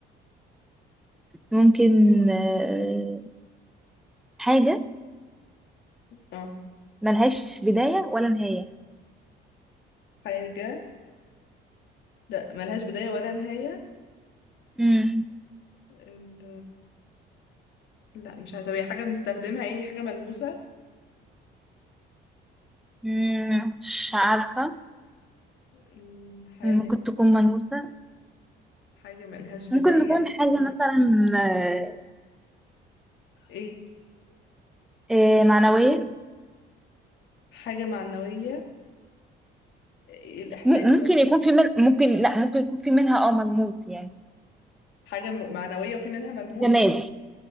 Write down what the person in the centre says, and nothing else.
ممكن آه، حاجة
ملهاش بداية ولا نهاية
مم.
مم، مش عارفة
ممكن تكون ملموسة
ممكن تكون حاجة مثلا آه،
آه، معنوية
م- ممكن
يكون
في من ممكن لا ممكن يكون في منها اه ملموس يعني
جماد